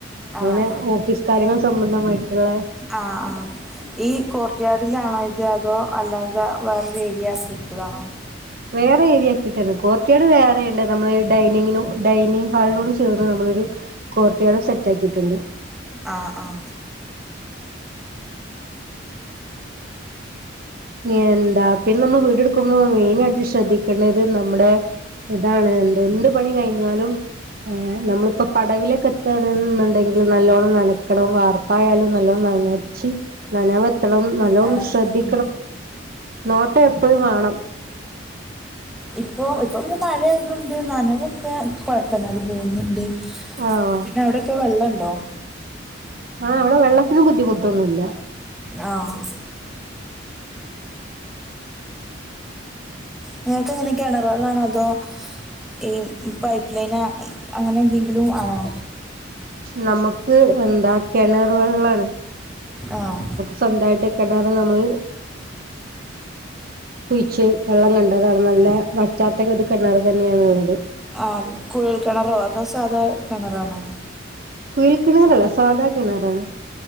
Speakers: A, on the right; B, in the centre.
A: അങ്ങനെ
B: ആഹ്
A: ഓഫീസ് കാര്യങ്ങൾ സംബന്ധമായിട്ടുള്ള
B: ആഹ ആഹ ഈ കോർട്ട്യയാർഡിലാണോ ഇത് അതോ അല്ലാതെ വേറൊ ഏരിയ ആക്കിയിട്ടതാണോ
A: വേറെ ഏരിയ ആക്കിയിട്ടരുന്നു കോർട്ടയാാട് വേറെയണ്ട് നമ്മള് ഡൈനിങ്ങ ഡൈനിങ് ഹാളിനോട് ചേർന്ന് നമ്മളൊരു കോർട്ട്യയാർഡിലാണോ സെറ്റ് ആക്കിയിട്ടുണ്ട്
B: ആ ആഹ
A: എന്താ പിന്നെ നമ്മൾ വീടെടുക്കുമ്പോ മെയിന് ആയിട്ട് ശ്രദ്ധിക്കണ്ടത് നമ്മുടെ ഇതാണ് എന്ത് എന്ത് പണി കഴിഞ്ഞോലും നമ്മളിപ്പ പടവിലൊക്കെ എത്തണന്നുണ്ടെങ്കിൽ നല്ലോണം നനക്കണം വാർപ്പായാലും നല്ലോ നനച്ച് നനവത്രണം നല്ലോ
B: നനവ്
A: ശ്രദ്ധി
B: ഉം
A: നോട്ട എപ്പഴും വേണം
B: ഇപ്പോ ഇപ്പോൾ ഇവിടെ മഴയതണ്ട് നനവൊക്കെ കുഴപ്പമില്ലാ അത് പോകുന്നുണ്ട്
A: ആഹ്
B: പിന്നെ അവിടെൊക്കെ വെള്ളം ഇണ്ടോ
A: ആഹ് ഇവിടെ വെള്ളത്തിന് ബുദ്ധിമുട്ടൊന്നുമല്ല
B: ആഹ നിങ്ങൾക്ക് എങ്ങനെ കിണറുവേളാണോ അതോ ഈ പൈപ്പ് ലൈൻ അങ്ങനെ എന്തെങ്കിലും ആണോ
A: നമുക്ക് എന്താ കിണർ വെള്ളാണ്
B: ആഹ
A: സ്വന്തമായിട്ട് കിണറ് നമ്മള് കുഴച്ച് വെള്ളം കണ്ടതാണ് നല്ല വറ്റാത്ത ഒരു കിണർ തന്നെയണുള്ളത്
B: ആഹ കുഴൽ കിണറോ അതോ സാധാ കിണറാണോ
A: കുയിൽ കിണറല്ല സാദാ കിണറാണ്